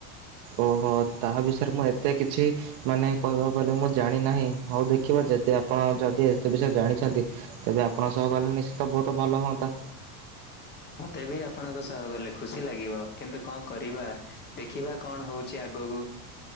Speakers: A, on the right; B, on the left.
A: ଓହୋ ତାହା ବିଷୟରେ ମୁଁ ଏତେ କିଛି ମାନେ କହିବାକୁ ଗଲେ ମୁଁ ଜାଣିନାହିଁ ହୋଉ ଦେଖିବା ଯଦି ଆପଣ ଯଦି ଏତେ ବିଷୟରେ ଜାଣିଛନ୍ତି ତେବେ ଆପଣଙ୍କ ସହ ଗଲେ ନିଶ୍ଚିତ ବୋହୁତ ଭଲ ହୁଅନ୍ତା।
B: ମତେ ବି ଆପଣଙ୍କ ସହ ଗଲେ ଖୁସି ଲାଗିବ କିନ୍ତୁ କଣ କରିବା ଦେଖିବା କଣ ହୋଉଛି ଆଗକୁ।